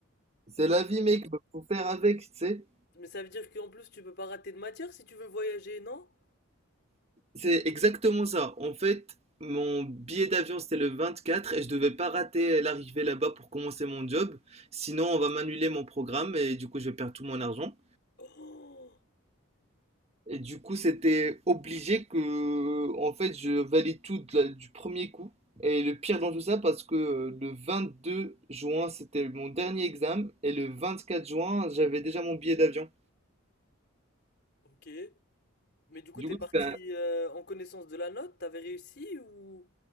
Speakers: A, on the right; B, on the left.
A: c'est la vie mec, faut faire avec, tu sais.
B: Mais ça veut dire qu'en plus, tu peux pas rater de matière si tu veux voyager, non?
A: C'est exactement ça. En fait, mon billet d'avion c'était le 24 et je devais pas rater l'arrivée là-bas pour commencer mon job, sinon on va m'annuler mon programme et du coup je vais perdre tout mon argent.
B: Oh,
A: Et du coup, c'était obligé que, en fait, je valide tout de la- du premier coup. Et le pire dans tout ça, parce que euh, le deux juin, c'était mon dernier examen, et le 24 juin, j'avais déjà mon billet d'avion.
B: ok. Mais du coup,
A: Du
B: t'es
A: coup,
B: parti
A: c'était un-
B: euh, en connaissance de la note, t'avais réussi ou...